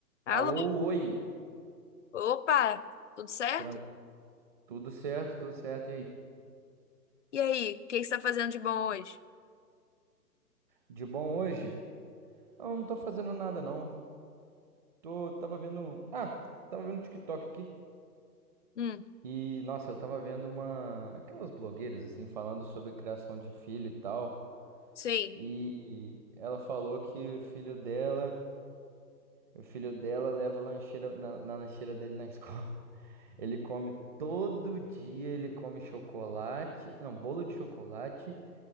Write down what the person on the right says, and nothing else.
Alô, oi,
tranco. Tudo certo, tudo certo. E aí?
De bom hoje? Não, não tô fazendo nada não. Tô, tava vendo, um- ah, tava vendo um TikTok aqui.
E nossa, eu tava vendo uma aquelas blogueiras assim falando sobre criação de filho e tal.
E ela falou que o filho dela, o filho dela leva lancheira na, na lancheira dele na escola. <laughs> Ele come todo dia, ele come chocolate, não, bolo de chocolate